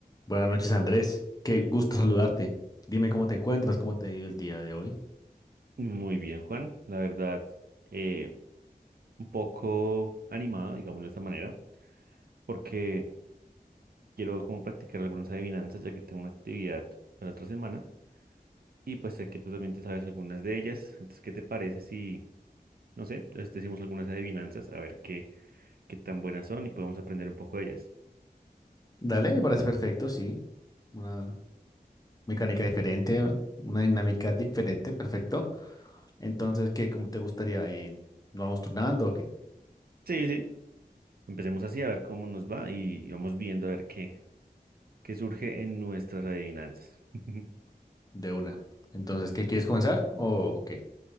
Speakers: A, on the left (about 25°); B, on the right (about 70°).
A: Buenas noches, Andrés. Qué gusto saludarte. Dime cómo te encuentras, cómo te ha ido el día de hoy.
B: Muy bien, Juan. La verdad, eh, un poco animado, digámoslo de esta manera, porque quiero como practicar algunas adivinanzas, ya que tengo una actividad para la otra semana. Y pues sé que tú también te sabes algunas de ellas. Entonces, ¿qué te parece si, no sé, les decimos algunas adivinanzas, a ver qué, qué tan buenas son y podemos aprender un poco de ellas?
A: Dale, me parece perfecto, sí. Una mecánica diferente, una dinámica diferente, perfecto. Entonces, ¿qué? ¿Cómo te gustaría? Eh, ¿nos vamos turnando o qué?
B: Sí, sí. Empecemos así, a ver cómo nos va y vamos viendo a ver qué, qué surge en nuestras adivinanzas. <laughs>
A: De una. Entonces, ¿qué quieres comenzar o qué?